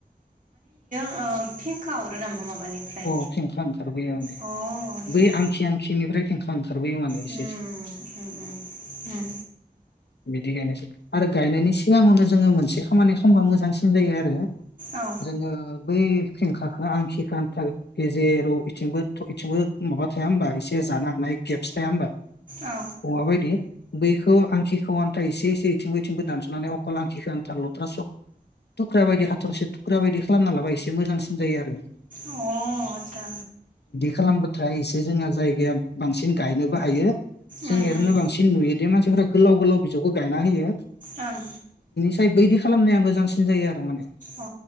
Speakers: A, on the right; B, on the left.
A: फिंखा हरो नामा? माबानिफ्राय
B: अ फेंखा ओंखारबोयो माने
A: अ आचसा
B: बै आंखि आंखिनिफ्राय फेंखा ओंखारबोयो माने
A: उम
B: एसे एसे
A: उम उम
B: बिदि गायनायसै आरो गायनायनि सिगाङावनो जोङो मोनसे खामानि खालामबा मोजांसिन जायो आरो।
A: औ
B: जोङो बै फेंखाखौ आं हिखथा गेजेराव बिथिंबो इथिंबो माबा थाया होनबा एसे जानो हानाय गेप्स थाया होमबा?
A: औ
B: औवाबायदि बैखौ आं आन्था एसे इसे इथिं बथिं बबो दानस'नानै अखालांखिखौ आन्था लथ्रा सक थुख्रा बायदि हाथरसे थुख्रा बायदि खालामना लाबा इसे मोजांसिन जायो आरो।
A: अ आतसा
B: खालामबोथाय एसे जोंहा जायगाया बांसिन गायनोबो हायो जों
A: उम
B: एरैनो
A: उम
B: बांसिन नुयोदि मानसिफोरा गोलाव गोलाव बिजौखौ गायना होयो।
A: ओं
B: फ्राय बैदि खालामनाया मोजांसिन जायो आरो माने।
A: अ